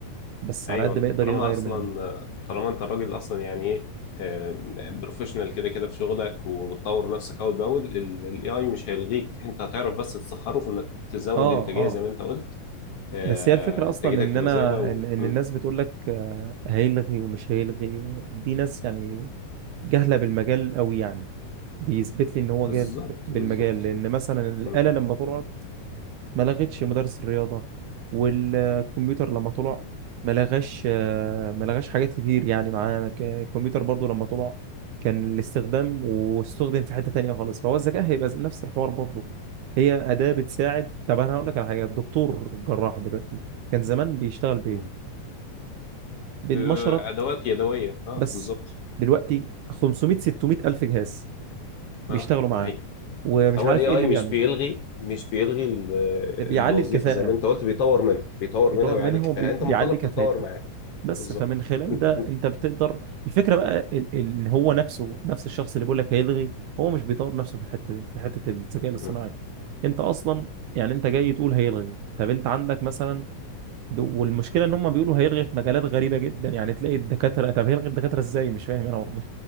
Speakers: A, on the right; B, on the left.
A: بس على
B: ايوه
A: قد
B: انت
A: ما يقدر
B: طالما
A: يغير
B: اصلا
A: منها
B: طالما انت راجل اصلا يعني ايه بروفيشنال كده كده في شغلك وبتطور نفسك اول باول الاي اي مش هيلغيك انت هتعرف بس تسخره في انك تزود
A: اه
B: انتاجيه
A: اه
B: زي ما انت قلت آه،
A: بس هي الفكرة أصلا
B: انتاجيتك
A: إن
B: تبقى
A: أنا
B: زايده و...
A: إن, إن
B: مم.
A: الناس بتقول لك آه، هيلغي ومش هيلغي دي ناس يعني جهلة بالمجال أوي يعني بيثبت لي إن هو
B: بالظبط
A: جاهل بالمجال
B: بالظبط
A: لأن مثلا الآلة
B: مم.
A: لما تقعد ما لغتش مدرس الرياضة والكمبيوتر لما طلع ما لغاش آه، ما لغاش حاجات كتير يعني معاه ك- الكمبيوتر برضو لما طلع كان الاستخدام واستخدم في حتة تانية خالص فهو الذكاء هيبقى زي- نفس الحوار برضو هي أداة بتساعد طب أنا هقول لك على حاجة الدكتور جراح دلوقتي كان زمان بيشتغل بإيه؟
B: مم.
A: بالمشرط
B: آه، ادوات يدويه اه
A: بس
B: بالظبط
A: دلوقتي 500 600 ألف جهاز بيشتغلوا
B: اه
A: معاه
B: ده حقيقي
A: ومش
B: هو
A: عارف
B: الاي اي
A: إيه اللي بيعمل
B: مش بيلغي مش بيلغي ال- آه،
A: ده بيعلي
B: الوظيفه
A: الكفاءة
B: زي ما انت قلت بيطور منها بيطور
A: بيطور
B: منها ويعلي
A: منها
B: الكفاءه
A: وبيعلي
B: انت مطالب
A: كفاءتها
B: تتطور معاه
A: بس
B: بالظبط
A: فمن خلال
B: <laughs>
A: ده انت بتقدر الفكره بقى ال- ال- ان هو نفسه نفس الشخص اللي بيقول لك هيلغي هو مش بيطور نفسه في الحته دي في حته الذكاء الاصطناعي
B: مم.
A: انت اصلا يعني انت جاي تقول هيلغي طب انت عندك مثلا دو- والمشكله ان هم بيقولوا هيلغي في مجالات غريبه جدا يعني تلاقي الدكاتره طب هيلغي الدكاتره ازاي مش فاهم انا برضه